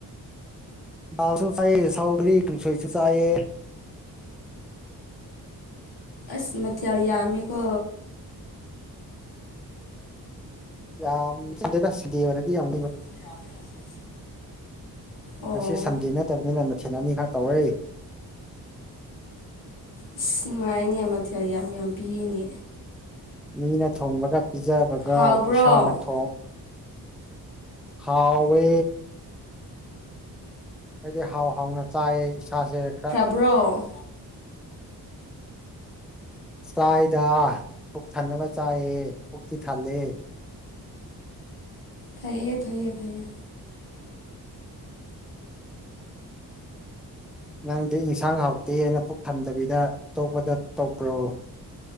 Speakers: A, in the centre; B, on the left (about 70°).
A: ꯕꯥꯜꯁꯨ ꯆꯥꯏꯑꯌꯦ ꯁꯥꯎꯈ꯭ꯔꯤ ꯀꯨꯡꯁꯣꯏꯁꯨ ꯆꯥꯏꯑ
B: ꯑꯁ ꯃꯊꯦꯜ ꯌꯥꯝꯃꯦꯀꯣ
A: ꯌꯥꯝ <unintelligible> ꯑꯣꯏꯔꯗꯤ ꯌꯥꯝ
B: <unintelligible> ꯑꯣ
A: ꯉꯁꯤ ꯁꯟꯗꯦ ꯅꯠꯇꯕꯅꯤꯅ ꯃꯊꯤꯟ ꯑꯅꯤꯈꯛ ꯇꯧꯔꯏ
B: ꯑꯁ ꯅꯨꯡꯉꯥꯏꯅꯦ ꯃꯇꯊꯜ ꯌꯥꯝ ꯌꯥꯝ ꯄꯤꯔꯤꯅꯦ
A: ꯃꯤꯅ ꯊꯣꯡꯕꯒ ꯄꯤꯖꯕꯒ
B: ꯍꯥꯎꯕ꯭ꯔꯣ
A: ꯏꯁꯥꯅ ꯊꯣꯡ ꯍꯥꯎꯋꯦ ꯍꯥꯏꯗꯤ ꯍꯥꯎ ꯍꯥꯎꯅ ꯆꯥꯏꯌꯦ ꯏꯁꯥꯁꯦ ꯈꯔ
B: ꯕꯔꫭ
A: ꯆꯥꯏꯗ ꯄꯨꯛ ꯊꯟꯅꯕ ꯆꯥꯏꯑ ꯄꯨꯛꯇꯤ ꯊꯜꯂꯦ
B: ꯐꯩꯌꯦ ꯐꯩꯌꯦ ꯐꯩꯌꯦ
A: ꯅꯪꯗꯤ ꯏꯟꯁꯥꯡ ꯍꯥꯎꯇꯦꯅ ꯄꯨꯛ ꯊꯟꯗꯕꯤꯗ ꯇꯣꯛꯄꯗ ꯇꯧꯕꯄ꯭ꯔꯣ